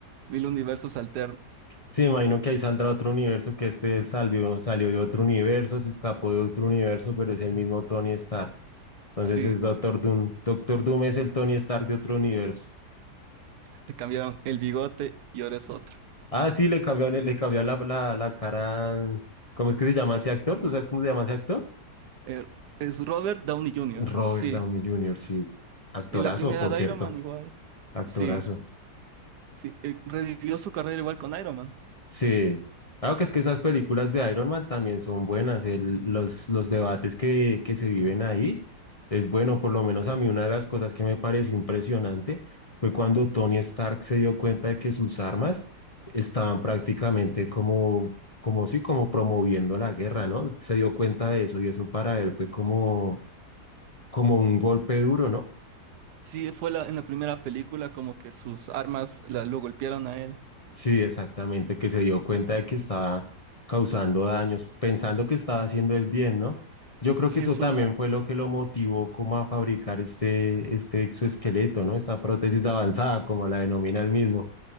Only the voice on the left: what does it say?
Sí, imagino que ahí saldrá otro universo, que este salió, salió de otro universo, se escapó de otro universo, pero es el mismo Tony Stark. Entonces
es Doctor Doom. Doctor Doom es el Tony Stark de otro universo.
Ah, sí, le cambió, le cambió la, la, la cara al... ¿Cómo es que se llama ese actor? ¿Tú sabes cómo se llama ese actor?
Robert
Downey Jr., sí. Actorazo,
por
cierto.
Actorazo.
Sí, claro que es que esas
películas de Iron Man también son buenas, el- los, los debates que, que se viven ahí es bueno, por lo menos a mí una de las cosas que me pareció impresionante fue cuando Tony Stark se dio cuenta de que sus armas estaban prácticamente como, como sí, como promoviendo la guerra, ¿no? Se dio cuenta de eso y eso para él fue como, como un golpe duro, ¿no?
Sí, exactamente, que se dio cuenta de que estaba causando daños, pensando que estaba haciendo el bien, ¿no? Yo creo
que eso
también
fue lo que lo motivó como a fabricar este, este exoesqueleto, ¿no? Esta prótesis avanzada, como la denomina él mismo.